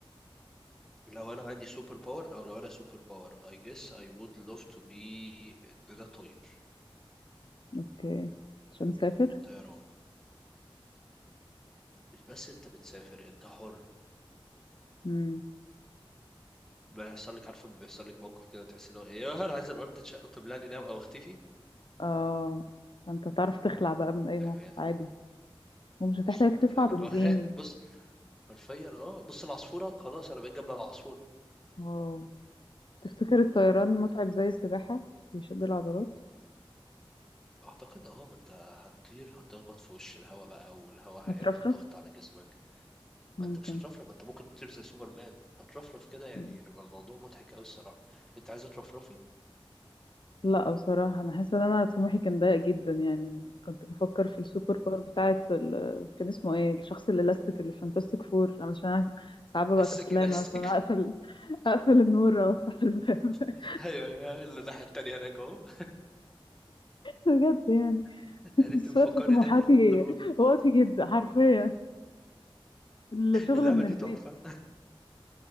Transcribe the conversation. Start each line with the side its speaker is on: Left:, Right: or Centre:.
Centre: لو أنا عندي سوبر باور أو لو أنا سوبر باور I guess I would love to be إن أنا طاير
Left: اوكي عشان مسافر
Centre: طيران مش بس أنت بتسافر أنت حر
Left: امم
Centre: بيحصل لك عارفه لما بيحصل لك موقف كده تحس اللي هو ايه يا نهار عايز الارض تتشق وتبلعني ناو او اختفي
Left: اه فانت تعرف تخلع بقى من اي موقف
Centre: فاهم هي تبقى
Left: عادي
Centre: كده
Left: ومش
Centre: بالظبط
Left: هتحتاج تدفع
Centre: فاهم
Left: بنزين
Centre: اللي هو <laughs> ها، بص حرفيا اه بص العصفوره خلاص انا بقيت جنب العصفوره
Left: اه تفتكر الطيران متعب زي السباحة بيشد العضلات
Centre: اعتقد اه ما انت هتطير هتخبط في وش الهواء بقى والهواء هيعمل
Left: هترفرف
Centre: ضغط على جسمك
Left: ممكن
Centre: ما انت مش هترفرف ما انت ممكن تطير زي سوبرمان هترفرف كده يعني
Left: مم.
Centre: هيبقى الموضوع مضحك قوي الصراحه انت عايزه ترفرفي
Left: لا بصراحة أنا حاسة إن أنا طموحي كان ضيق جدا يعني كنت بفكر في السوبر باور بتاعة ال... كان اسمه إيه الشخص الإلاستيك اللي في فانتاستيك فور علشان أنا ساعات ببقى
Centre: اسك
Left: كسلانة
Centre: نفسك
Left: مثلا أقفل <laughs> أقفل النور أو أفتح الباب <laughs>
Centre: <laughs> ايوه ايوه اللي الناحيه التانيه هناك اهو
Left: بجد يعني
Centre: <laughs> يعني
Left: بس
Centre: انت بتفكرني
Left: واقفة طموحاتي
Centre: داخل حدود الاوضه
Left: واطي جدا حرفيا الشغل
Centre: اللعبه
Left: من
Centre: دي
Left: البيت
Centre: تحفه